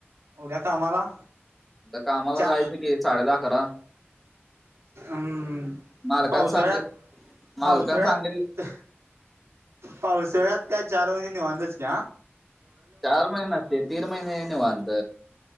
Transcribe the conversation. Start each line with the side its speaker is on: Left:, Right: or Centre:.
Right: उद्या कामाला
Centre: कामाला
Right: चा
Centre: जायचं की साडे दहा अकरा
Right: अम्
Centre: मालकानं
Right: पावसाळ्यात
Centre: सांगित मालकानं
Right: पावसाळ्यात
Centre: सांगितलं
Right: पावसावळ्यात काय चार महिने निवांतच कि आ
Centre: चार महिन नसतंय तीन महिने निवात.